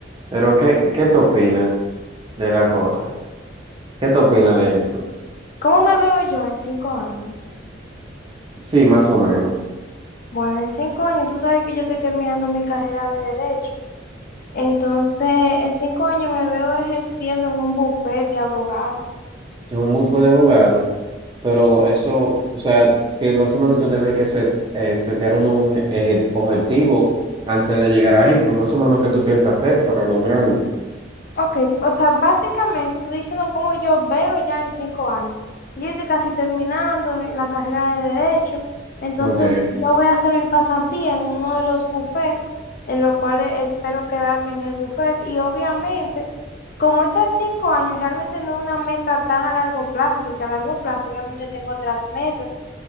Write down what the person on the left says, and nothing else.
¿Cómo me veo yo en cinco años?
Bueno, en cinco años, tú sabes que yo estoy terminando mi carrera de derecho, entonces en cinco años me veo ejerciendo en un bufete de abogado.
Ok, o sea, básicamente estoy diciendo cómo yo veo ya en cinco años. Yo estoy casi terminando mi- la carrera de Derecho, entonces
yo voy a hacer mi pasantía en uno de los bufetes, en lo cual e- espero quedarme en el bufete. Y obviamente, como esas cinco años realmente no es una meta tan a largo plazo, porque a largo plazo obviamente tengo otras metas,